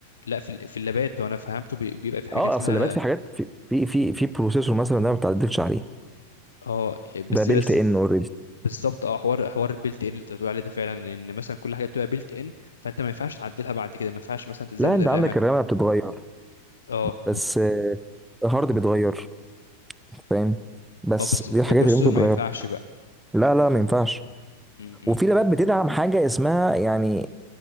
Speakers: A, on the left; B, in the centre.
A: لا في ال- في اللابات وانا فهمته بي- بيبقى في حاجه
B: اه
A: اسمها
B: اصل اللابات في حاجات في في في, في بروسيسور مثلا ده ما بتعدلش عليه
A: اه يعني بس
B: ده بيلت
A: بس
B: ان اوريدي
A: بالظبط اه حوار حوار البيلت ان اللي انت بتقول عليه ده فعلا ان مثلا كل حاجه بتبقى بيلت ان فانت ما ينفعش تعدلها بعد كده ما ينفعش مثلا تزود
B: لا انت
A: الرامه
B: عندك الرامه بتتغير
A: اه
B: بس آه، الهارد بيتغير فاهم بس
A: اه بس
B: دي الحاجات
A: البروسيسور
B: اللي ممكن
A: ما
B: تتغير
A: ينفعش بقى
B: لا لا ما ينفعش
A: م- م-
B: وفي لابات بتدعم حاجه اسمها يعني